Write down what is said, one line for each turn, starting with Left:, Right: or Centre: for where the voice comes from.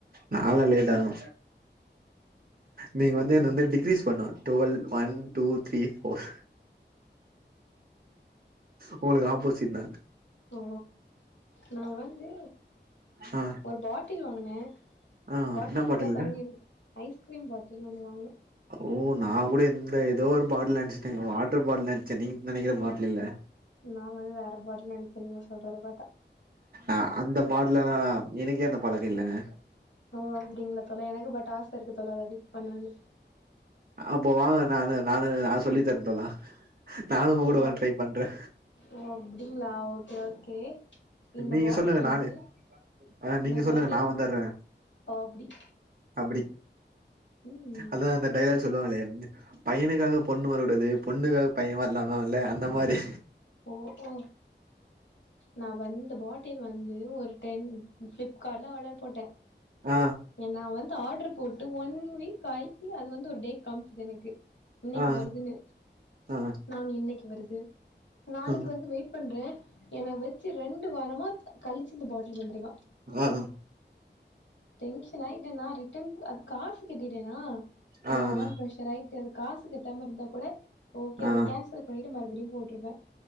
Right: நாலா லேட் ஆகு நீங்க வந்து என்ன வந்து டிக்ரீஸ் பண்ணனு twelve one two three four ஒங்களுக்கு ஆப்போசிட் நா
Left: ஓ நா வந்து
Right: ஆ
Left: ஒரு பாட்டில் வாங்குனே
Right: ஆ
Left: பாட்டில்
Right: என்ன பாட்டிலுங்க
Left: ஃபுல்லா தண்ணி இருக் ஐஸ்கிரீம் பாட்டில்ன்னு ஒன்னு வாங்குனே
Right: ஓ நா கூட இந்த ஏதோ ஒரு பாட்டல் நெனச்சுட்டேங்க வாட்டர் பாட்டல் நெனச்சே நீங்க நெனைக்கிற பாட்டல் இல்ல
Left: நா வந்து வேற பாட்டல் நெனைச்ச நீங்க சொல்றது பாத்தா
Right: ஆ அந்த பாட்லல்லா எனக்கே அந்த பழக்கொ இல்லங்க
Left: ஓ அப்டிங்ளா தோழர் எனக்கு பட் ஆச இருக்கு தோழர் அப்டி பன்லானு
Right: அப்போ வாங்கள நானு நானு நா சொல்லி தரட்டெல்லா நானு ஒ
Left: ஓ
Right: கூட வேணா ட்ரை பண்ற
Left: ஓ அப்டிங்ளா ஓகே ஓகே இந்த
Right: நீங்க
Left: பாட்டில்
Right: சொல்லுங்க
Left: வந்து
Right: நானு ஆ
Left: இந்த
Right: நீங்க
Left: பாட்டில்
Right: சொல்லுங்க நா வந்துட்றே
Left: ஓ அப்டி
Right: அப்டி
Left: ம்
Right: அதா அந்த டைலாக்ஸ் பையனுக்காக பொண்ணு வரக்கூடாது பொண்ணுக்காக பைய வரலான்னுவால்ல அந்த மாரி
Left: ஓ ஓ நா வந்து பாட் டில் வந்து ஒரு டென் ஃபிளிப்கார்ட்ல ஆடர் போட்ட
Right: ஆ
Left: ஏ நா வந்து ஆட்ரு போட்டு ஒன் வீக் ஆயி அது வந்து ஒரு டேட் காமிச்சுது எனக்கு இன்னிக்கி
Right: ஆ
Left: வருதுன்னு
Right: ஆ
Left: நா இன்னிக்கி வருது நாளைக்கி
Right: ஆ
Left: வருது வெய்ட் பண்ற எனன வச்சு ரெண்டு வாரமா கழிச்சி இந்த பாட்டில் தந்ருக்கா
Right: ஆஹ
Left: டென்ஷனாயிட்ட நா ரிட்டன் அது காசு கட்டிட்டேனா எனக்கு
Right: ஆ
Left: அதா பிரெஷர் ஆயி ட்டு காசு கட்டாம இருந்தா கூட ஓகே
Right: ஆ
Left: அத கேன்சல் பண்ணிட்டு மறுபடியு போட்ருப்ப